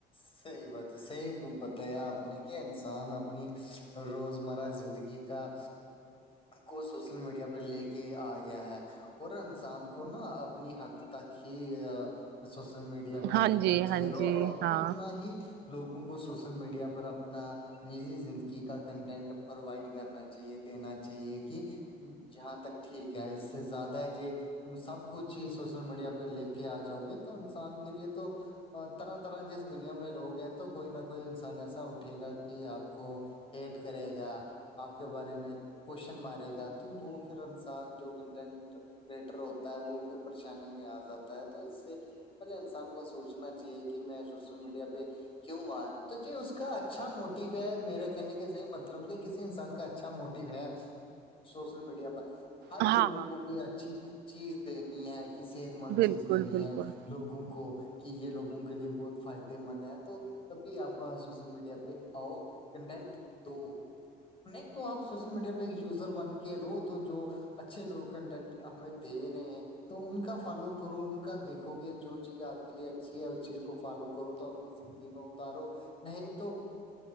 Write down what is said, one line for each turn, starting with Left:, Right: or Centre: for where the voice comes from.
Left: صحیح بات ہے صحیح بتایا آپ نے کہ انسان اپنی روزمرہ زندگی کا کو سوشل میڈیا پہ لے کے آ گیا ہے اور انسان کو نا اپنی حد تک ہی سوشل میڈیا میڈیا پہ
Right: ہاں
Left: رہنا
Right: جی
Left: چاہیے
Right: ہاں جی ہاں
Left: اتنا ہی لوگوں کو سوشل میڈیا پر اپنا نجی زندگی کا کنٹینٹ پرووائڈ کرنا چاہیے دینا چاہیے کہ جہاں تک ٹھیک ہے اس سے زیادہ ہے ج سب کچھ ہی سوشل میڈیا پہ لے کے آ جاؤ گے تو انسان کے لیے تو طرح طرح کی دنیا میں لوگ ہیں تو کوئی نہ کوئی انسان ایسا اٹھے گا کہ آپ کو پٹ کرے گا آپ کے بارے میں کوشچن مارے گا تو وہ پھر انسان جو کنٹینٹ کریٹر ہوتا ہے وہ پھر پریشانی میں آ جاتا ہے تو اس سے پہلے انسان کو سوچنا چاہیے کہ میں سوشل میڈیا پہ کیوں آ رہا ہوں تو جی اس کا اچھا موٹو ہے میرا کہنے کےی مطلب کہ کسی انسان کا اچھا موٹو ہے سوشل میڈیا پر ہر
Right: ہاں
Left: لوگوں
Right: ہاں
Left: کو کوئی اچھی چیز دینی ہے کہ صحت مند
Right: بالکل
Left: چیز دینی
Right: بالکل
Left: ہے لوگوں کو کہ یہ لوگوں کے لیے بہت فائدے مند ہے تو تبھی آپ سوشل میڈیا پہ آؤ کنٹینٹ دو نہیں تو آپ سوشل میڈیا پہ ایک یوزر بن کے رو تو جو اچھے لوگ کنٹینٹ ہمیں دے رہے ہیں تو ان کا فالو کرو ان کا دیکھو گے جو چیز آپ کے لیے اچھی ہے اس چیز کو فالو کرو تو اپنی زندگی میں اتارو نہیں تو